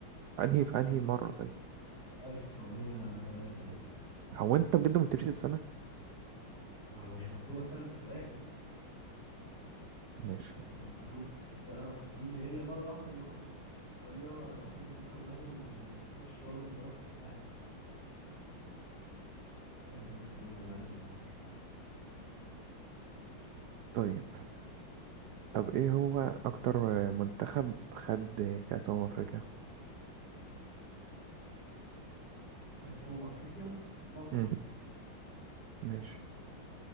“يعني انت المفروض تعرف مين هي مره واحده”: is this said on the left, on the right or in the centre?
Left